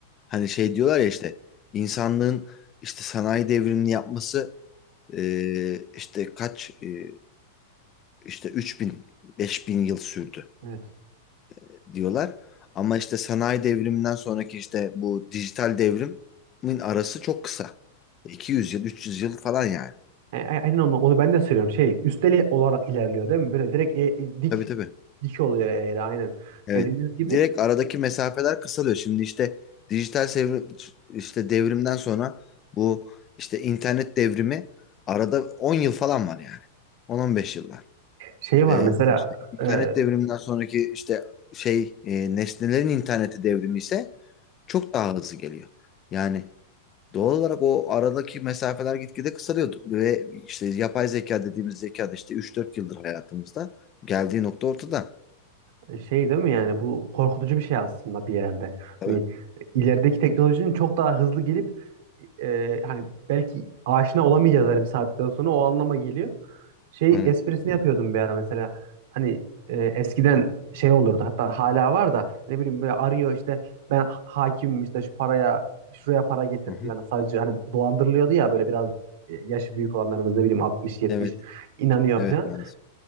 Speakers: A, on the left; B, on the right.
A: hani şey diyorlar ya işte insanlığın işte sanayi devrimini yapması e, işte kaç e, işte 3000 bin beş bin yıl sürdü.
B: Evet.
A: e, diyorlar. Ama işte sanayi devriminden sonraki işte bu dijital devrimin arası çok kısa. 200 yıl, 300 yıl falan yani.
B: A- a- Aynen onu, onu ben de söylüyorum. Şey, üsteli olarak ilerliyor değil mi? Böyle direkt e, e, dik
A: Tabii tabii.
B: dik oluyor eğri aynen.
A: Evet.
B: Dediğiniz gibi
A: Direkt aradaki mesafeler kısalıyor. Şimdi işte dijital sevri- işte devrimden sonra bu işte internet devrimi arada 10 yıl falan var yani. 10-15 yıllar.
B: şey var
A: Ee,
B: mesela
A: işte internet
B: e,
A: devriminden sonraki işte şey e, nesnelerin interneti devrimi ise çok daha hızlı geliyor. Yani Doğal olarak o aradaki mesafeler gitgide kısalıyor ve işte yapay zeka dediğimiz zeka da işte üç dört yıldır hayatımızda geldiği nokta ortada.
B: E, şey değil mi yani bu korkutucu bir şey aslında bir yerde.
A: Tabii.
B: Hani e, ilerideki teknolojinin çok daha hızlı gelip e, hani belki aşina olamayacağız her bir saatten sonra o anlama geliyor. Şey
A: Aynen.
B: esprisini yapıyordum bir ara mesela hani e, eskiden şey olurdu hatta hala var da ne bileyim böyle arıyor işte ben hakimim işte şu paraya şuraya para getir
A: Hı hı.
B: falan savcı hani dolandırılıyordu ya böyle biraz e, yaşı büyük olanlarımız ne bileyim altmış yetmiş
A: Evet.
B: inanıyor
A: Evet
B: falan.
A: Nazım.